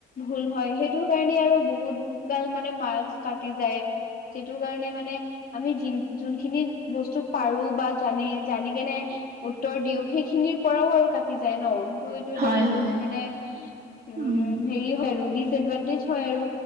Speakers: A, on the left; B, on the right.
A: ভুল হয় সেইটোৰ কাৰণে আৰু বহুত কাল মানে মাৰ্ক্স কাটি যায়। সেইটো কাৰণে মানে। আমি যোনখিনি বস্তু পাৰো বা জানি জানি কেনে উত্তৰ দিও সেইখিনিৰ পৰাও আৰু কাটি যায় ন' ত এ,
B: হয়
A: বহুত
B: হয়
A: মানে উ'
B: উম
A: হে দিছদ্ভান্তাচ হয় আৰু